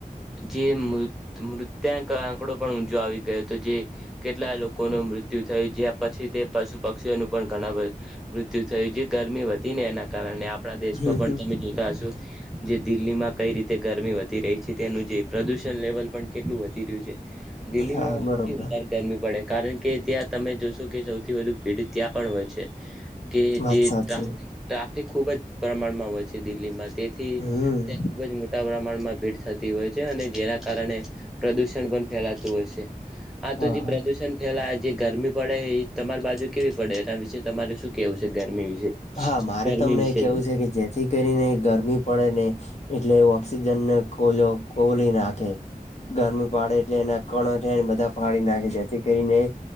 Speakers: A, in the centre; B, on the left.
A: જે મૃત મૃત્યાંક આંકડો પણ ઊંચો આવી ગયો તો જે, કેટલા લોકોનું મૃત્યુ થયું જે્યા પછી તે પશુ પક્ષીઓનું પણ ઘણા મૃત્યુ થયું જે ગરમી વધી ને એના કારણે આપણા દેશમાં
B: હમ
A: પણ તમે જોતા હશો. જે દિલ્લીમાં કઈ રીતે ગરમી વધી રહી છે તેનું જે પ્રદુષણ લેવલ પણ કેટલું વધી રહ્યું છે. દિલ્લીમાં
B: હા બરોબર
A: હૌથી વધારે ગરમી પડે કારણ કે, ત્યાં તમે જોશો કે સૌથી વધુ ભીડ ત્યાં પણ હોય છે કે
B: વાત
A: જે
B: સાચી
A: ટ્રાફિક ટ્રાફિક ખૂબ જ પ્રમાણમાં હોય છે દિલ્લીમાં, તેથી
B: હમ
A: ત્યાં ખૂબ જ મોટા પ્રમાણમાં ભીડ થતી થતી હોય છે અને જેના કારણે પ્રદુષણ પણ ફેલાતું હોય સે, આ તો
B: હા
A: જે
B: હા
A: પ્રદુષણ એ હાલ જે ગરમી પડે હે ઈ તમારી બાજુ કેવી પડે, એના વિશે તમારે શું કેવું છે? ગરમી વિશે
B: હા, મારે
A: ગરમી
B: તમને
A: વિશે
B: એ કેવું
A: જો
B: છે કે જેથી કરીને ગરમી પડે ને એટલે ઓકસ જનને ખોલો ખોલી નાખે, ગરમી પાડે એટલે એના ખણ ઝેર બધા ફાળી નાખે સે, જેથી કરીને